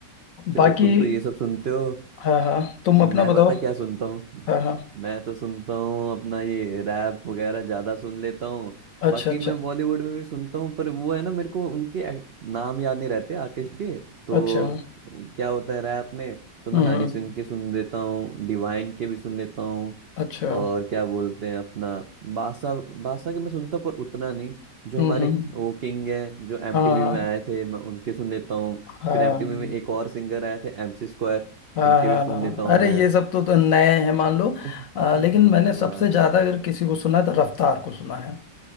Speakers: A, on the right (about 85°); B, on the left (about 65°).
A: चलो
B: बाकी
A: तुम तो ये सब सुनते हो
B: हाँ हाँ तुम अपना
A: मैं
B: बताओ
A: बता क्या सुनता हूँ
B: हाँ हाँ
A: मैं तो सुनता हूँ अपना ये रैप वगैरह ज्यादा सुन लेता हूँ
B: अच्छा
A: बाकी
B: अच्छा
A: मैं बॉलीवुड में भी सुनता हूँ पर वो है ना मेरे को उनके act- नाम याद नहीं रहते आर्टिस्ट के तो
B: अच्छा
A: क्या होता है रैप में तो मैं
B: हम्म
A: हनी
B: हम्म,
A: सिंह के सुन लेता हूँ डिवाइन के भी सुन लेता हूँ
B: अच्छा हम्म
A: और क्या बोलते हैं अपना बादशाह बादशाह के मैं सुनता हूँ पर उतना नहीं जो
B: हम्म
A: हमारे
B: हम्म,
A: वो किंग हैं जो एमटीवी
B: हाँ
A: में आए थे मैं उनके सुन लेता हूँ
B: हाँ हाँ
A: फिर एमटीवी
B: हाँ
A: में एक और सिंगर आए थे एमसी स्क्वायर
B: हाँ।
A: उनके
B: हाँ,
A: भी सुन
B: हाँ,
A: लेता हूँ
B: अरे
A: मैं
B: ये सब तो, तो नए हैं मान लो
A: <laughs>
B: अ, लेकिन मैंने
A: हाँ
B: सबसे ज्यादा अगर किसी को सुना है तो रफ्तार को सुना है